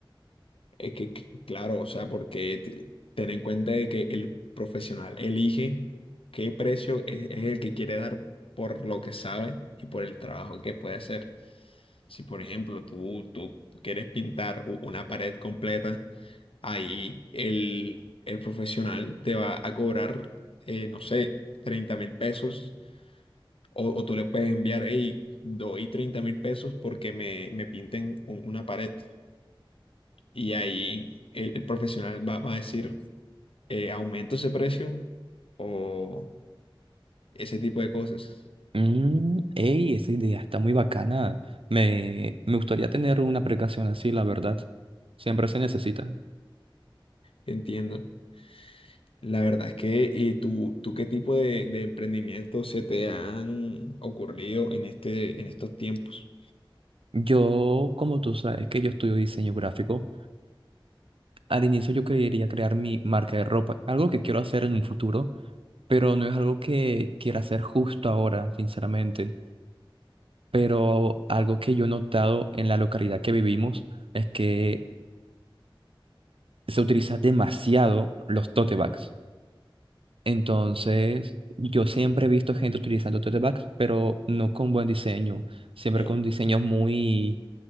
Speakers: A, on the left; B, on the right.
A: Eh, que, que- claro, o sea, porque te- ten en cuenta de que el profesional elige qué precio es, es el que quiere dar por lo que sabe y por el trabajo que puede hacer. Si, por ejemplo, tú, tú quieres pintar u- una pared completa, ahí el, el profesional te va a cobrar, eh, no sé, treinta mil pesos. O, o tú le puedes enviar, hey, doy treinta mil pesos porque me, me pinten un- una pared. Y ahí el, el profesional va, va a decir, eh, aumento ese precio o ese tipo de cosas.
B: Mm, ey, esa idea está muy bacana. Me, me gustaría tener una aplicación así, la verdad. Siempre se necesita.
A: Entiendo. La verdad es que, ¿y tú, tú qué tipo de, de emprendimientos se te han ocurrido en este, en estos tiempos?
B: Yo, como tú sabes que yo estudio diseño gráfico, Al inicio yo quería crear mi marca de ropa, algo que quiero hacer en un futuro, pero no es algo que quiera hacer justo ahora, sinceramente. Pero algo que yo he notado en la localidad que vivimos es que se utiliza demasiado los tote bags. Entonces, yo siempre he visto gente utilizando tote bags, pero no con buen diseño, siempre
A: Eh,
B: con diseños muy,